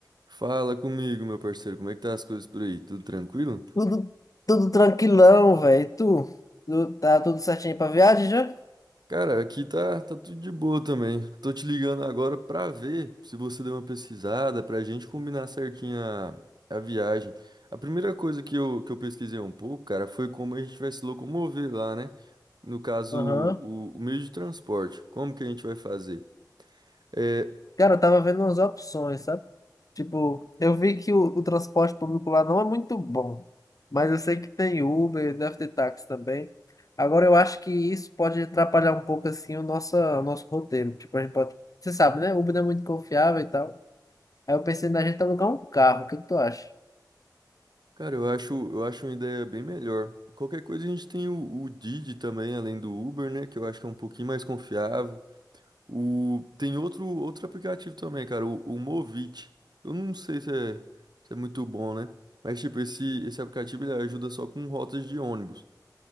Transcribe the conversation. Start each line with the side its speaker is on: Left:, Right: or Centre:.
Right: Fala comigo, meu parceiro, como é que tá as coisas por aí? Tudo tranquilo?
Left: Tudo, tudo tranquilão, velho. Tu, tu, tá tudo certinho pra viagem já?
Right: Cara, aqui tá, tá tudo de boa também. Tô te ligando agora pra ver se você deu uma pesquisada, pra gente combinar certinho a, a viagem. A primeira coisa que eu, que eu pesquisei um pouco, cara, foi como a gente vai se locomover lá, né? No caso,
Left: Aham.
Right: o, o meio de transporte. Como que a gente vai fazer? É,
Left: Cara, eu tava vendo umas opções, sabe? Tipo, eu vi que o, o transporte público lá não é muito bom, mas eu sei que tem Uber, deve ter táxi também. Agora, eu acho que isso pode atrapalhar um pouco, assim, o nosso, o nosso roteiro. Tipo, a gente pode... Você sabe, né? Uber não é muito confiável e tal. Aí eu pensei na gente alugar um carro. O que que tu acha?
Right: cara, eu acho, eu acho uma ideia bem melhor. Qualquer coisa a gente tem o, o Didi também, além do Uber, né? Que eu acho que é um pouquinho mais confiável. O... Tem outro, outro aplicativo também, cara, o, o Movit. Eu não sei se é, se é muito bom, né? Mas, tipo, esse, esse aplicativo ele ajuda só com rotas de ônibus.